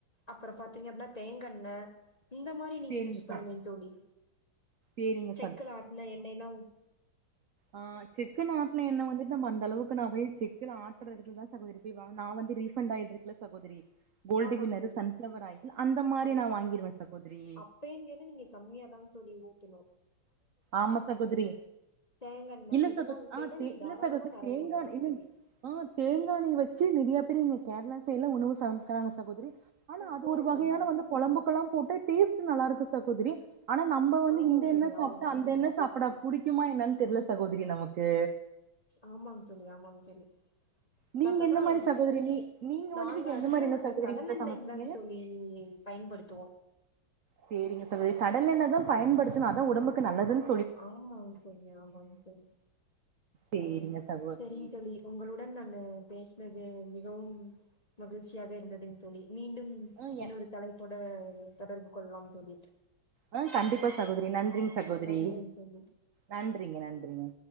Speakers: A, on the left; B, on the right.
A: அப்புற பாத்தீங்க அப்பின்னா தேங்கண்ண இந்த மாரி நீங்க
B: சேரிங்க
A: யூஸ் பண்ணுங்கைங்
B: ச
A: தோழி
B: சேரிங்க
A: செக்குல ஆட்டுன எண்னெல்லா
B: ஆஹ் செக்குன்னு ஆட்ன எண்ண வந்துட்டு நம்ம அந்தளவுக்கு நா போய் செக்குல ஆட்ற எடத்துலதா சகோதரி போய் வா நா வந்து ரீஃபண்ட் ஆயில் இருக்குல்ல சகோதரி கோல்டு
A: ஆமாங்
B: வின்னரு
A: தோழி
B: சன்ஃப்ளவர் ஆயில் அந்த மாரி
A: ஔ
B: நா வாங்கிருவே சகோதரி
A: அப்பேங்கிது நீங்க கம்மியாதாங் தோழி ஊ த்துணு
B: ஆமா சகோதரி
A: தேங்கெண்ண
B: இல்ல
A: இதெல்லா
B: சகோத்
A: ஊத்தயில
B: ஆஹ் தே
A: நீங்க
B: இல்ல
A: தாராளமா
B: சகோத்
A: நெறைய
B: தேங்காண்
A: ஊத்தலாங்க
B: இல்லிங்
A: தோழி
B: ஆஹ் தேங்காண்ணை வச் சு நெறைய பேருங்க கேரளா சைட்லா உணவு ச இருக்கறாங்க சகோதரி ஆனா
A: சூப்பரா
B: அது ஒரு
A: இருக்குங்க
B: வகையான
A: தோழி
B: வந்து குழம்புக்கெல்லா போட்டு டேஸ்ட் நல்லாருக்கு சாகோத்ரி ஆனா நம்ம வந்து
A: ஆமாங்க
B: இந்த எண்ண
A: தோழி
B: சாப்
A: ஆமாங்க தோழி
B: அந்த எண்ண சாப்ட புடிக்கு மா என்னன் தெர்ல சகோதரி நமக்கு
A: ஆமாங் தோழி ஆமாங் தோழி
B: நீங்க
A: பட் ஆனா
B: எந்த மாரி சகோதரி நீ நீங்க வந்துட்டு
A: நாங்க
B: எந்த
A: அதிக
B: மாரி என்ன
A: நாங்க
B: சகோதரி
A: கடலெண்ணெய்
B: வீட்ல சமைப்பீங்க
A: தாங் தோழி பயன்படுத்துவோ
B: சேரிங்க தோழி கடலெண்ணதா பயன்படுத்தணு அதா ஒடம்புக்கு நல்லதுன்
A: ஆமாங் தோழி ஆமாங் தோழி
B: சேரிங்க
A: ம்
B: சகோதரி
A: சரிங் தோழி உங்களுடன் நானு பேசினத் து மிகவும் மகிழ்ச்சியாக இருந்தது தோழி மீண்டும்
B: ஆ
A: இன்னொரு
B: எ
A: தலைப்போட தொடர்பு கொள்ளலாம் தோழி
B: ஆஹ் கண்டிப்பா சகோதரி நன்றிங் சகோதரி
A: நன்றிங் தோழி
B: நன்றிங்க நன்றிங்க